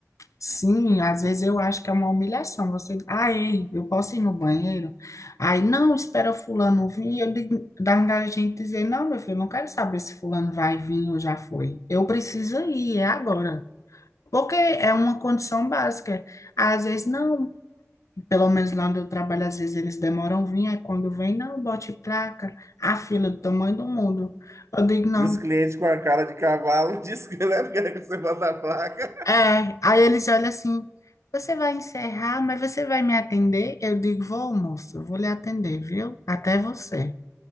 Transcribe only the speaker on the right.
E os clientes com a cara de cavalo <laughs> dizem que não é porque você bota a placa.